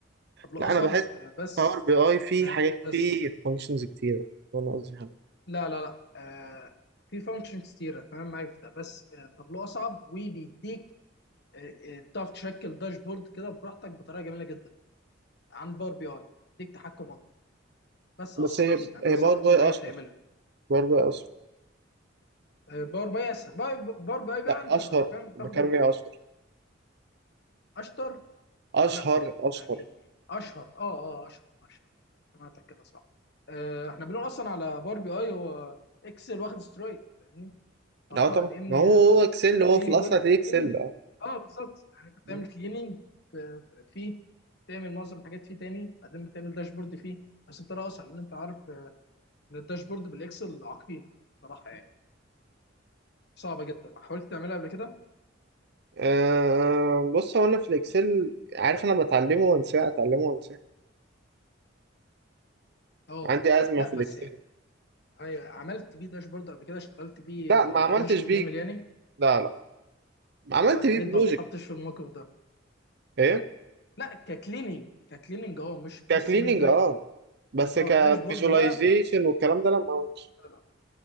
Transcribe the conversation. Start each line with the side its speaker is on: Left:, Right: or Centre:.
Left: الطابلوه
Right: لا
Left: اصعب
Right: انا بحس
Left: آه، بس
Right: باور بي اي فيه
Left: ما
Right: حاجات
Left: بس
Right: فيه فانكشنز كتيرة ده انا قصدي يعني
Left: لا لا لا آه، في فانكشن كتيرة تمام معايا في ده بس آه، الطابلوه اصعب وبيديك آه، آه، بتعرف تشكل داشبورد كده براحتك بطريقه جميله جدا عن باور بي اي بيديك تحكم اكتر بس اصعب
Right: بس هي
Left: يعني
Right: هي
Left: اصعب
Right: باور
Left: في
Right: بي
Left: كل
Right: اي
Left: حاجه
Right: اشهر
Left: بتعملها
Right: باور بي اي اشهر
Left: آه، باور بي اسهل باور باور بي اي بقى
Right: لا
Left: انت
Right: اشهر
Left: حرفيا بتاخد
Right: بكلم ايه اشهر
Left: الاشطر
Right: اشهر
Left: لا
Right: اشهر
Left: يعني اشهر اه اه اشهر اشهر سمعتك كده صح آه احنا بنقول اصلا على باور بي اي هو اكسل واخد سترويد فاهمني <laughs> فهو
Right: لا طبعا
Left: لان
Right: ما هو هو اكسل هو
Left: في
Right: في الاصل
Left: جزء
Right: هتلاقيه اكسل
Left: كليننج
Right: اه
Left: اه بالظبط يعني انت بتعمل
Right: مم.
Left: كليننج فيه بتعمل معظم الحاجات فيه تاني بعدين بتعمل داشبورد فيه بس بطريقه اسهل لان انت عارف آه، ان الداشبورد بالاكسل عقيمه صراحه يعني صعبه جدا حاولت تعملها قبل كده
Right: آه، بص هو انا في الاكسل عارف انا بتعلمه وانساه اتعلمه وانساه
Left: اه
Right: عندي ازمة
Left: لا
Right: في
Left: بس
Right: الاكسل
Left: يعني. ايوه عملت بيه داشبورد قبل كده اشتغلت بيه
Right: لا ما عملتش
Left: آه، بروجكت
Right: بيه
Left: كامل يعني
Right: لا لا عملت
Left: يا
Right: بيه
Left: يا ريت
Right: بروجكت
Left: ما تتحطش في الموقف ده
Right: ايه
Left: لا ككليننج ككليننج اه مش
Right: ككليننج
Left: بس مش داشبورد
Right: اه بس
Left: اه
Right: كفيجواليزيشن
Left: داشبورد بقى
Right: والكلام ده لا ما عملتش
Left: لا لا